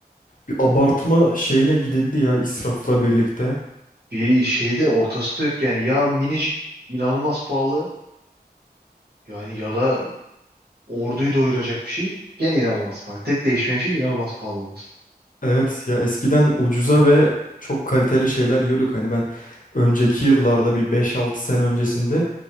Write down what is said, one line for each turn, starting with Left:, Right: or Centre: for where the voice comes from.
Left: Bir abartma şeyine gidildi ya israfla birlikte.
Right: Bir şeyde ortası da yok yani. Ya minicik inanılmaz pahalı yani ya da orduyu doyuracak bir şey gene inanılmaz pahalı. Tek değişmeyen şey inanılmaz pahalı olması.
Left: Evet ya eskiden ucuza ve çok kaliteli şeyler yiyorduk. Hani ben önceki yıllarda bir beş altı sene öncesinde